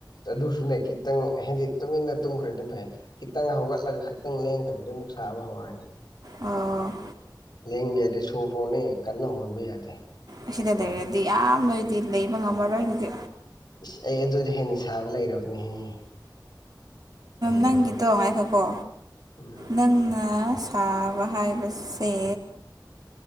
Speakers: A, on the left; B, on the right.
A: ꯑꯗꯨꯁꯨꯅ ꯈꯤꯇꯪ ꯍꯥꯏꯗꯤ ꯇꯨꯃꯤꯟꯅ ꯇꯨꯝꯈ꯭ꯔꯗꯤ ꯐꯩ ꯈꯤꯇꯪ ꯍꯧꯒꯠꯂꯒ ꯈꯤꯇꯪ ꯂꯦꯡꯈ꯭ꯔꯗꯤ ꯑꯗꯨ ꯑꯃꯨꯛ ꯁꯥꯕ ꯍꯧꯔꯅꯤ
B: ꯑꯣ
A: ꯂꯦꯡꯕ ꯌꯥꯗꯦ ꯁꯣꯔ ꯐꯣꯔꯅꯦ ꯀꯟꯅ ꯍꯣꯟꯕ ꯌꯥꯗꯦ꯫
B: ꯑꯁꯤꯗ ꯂꯩꯔꯗꯤ ꯌꯥꯝꯅꯣꯏꯗꯤ ꯂꯩꯕ ꯉꯝꯃꯔꯣꯏ ꯍꯧꯗꯤ
A: ꯏꯁ ꯑꯩ ꯑꯗꯨꯗꯩ ꯍꯦꯟꯅ ꯁꯥꯕ ꯂꯩꯔꯕꯅꯦꯍꯦ꯫ ꯆꯍꯤ
B: ꯅꯪꯒꯤꯗꯣ
A: ꯑꯍꯨꯝ
B: ꯉꯥꯏꯈꯣꯀꯣ
A: ꯎꯝ
B: ꯅꯪꯅ ꯊꯥꯕ ꯍꯥꯏꯕꯁꯦ